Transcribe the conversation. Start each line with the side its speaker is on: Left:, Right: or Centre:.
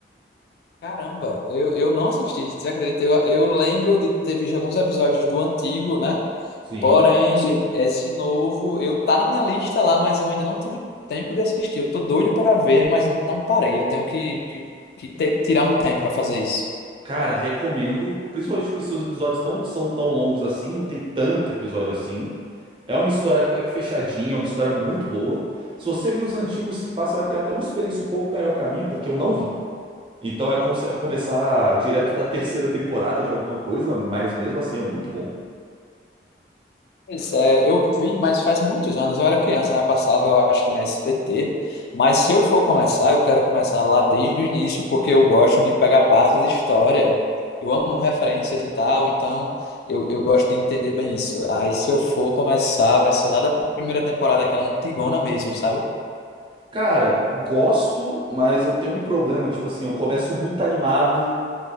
Left: Caramba, eu, eu não assisti, você acredita? Eu, eu lembro de ter visto alguns episódios do antigo, né?
Right: Sim.
Left: Porém, Sim. esse novo, eu tá na minha lista lá, mas eu ainda não tive tempo de assistir. Eu tô doido pra ver, mas não parei. Eu tenho que, que, que ter- tirar um tempo pra fazer isso.
Right: Cara, recomendo, principalmente porque seus episódios não são tão longos assim, não tem tanto episódio assim. É uma história até que fechadinha, é uma história muito boa. Se você viu os antigos, se passa, vai ter até uma experiência um pouco melhor que a minha, porque eu não vi. Então é como se- é começar direto da terceira temporada de alguma coisa, mas mesmo assim é muito bom.
Left: Pois é, eu vi, mas faz muitos anos, eu era criança, né? Passava, eu acho que na SBT. Mas se eu for começar, eu quero começar lá desde o início, porque eu gosto de pegar base de história. Eu amo referências e tal, então eu, eu gosto de entender bem isso. Aí se eu for começar, vai ser lá da primeira temporada, aquela antigona mesmo, sabe?
Right: Cara, gosto, mas eu tenho um problema. Tipo assim, eu começo muito animado,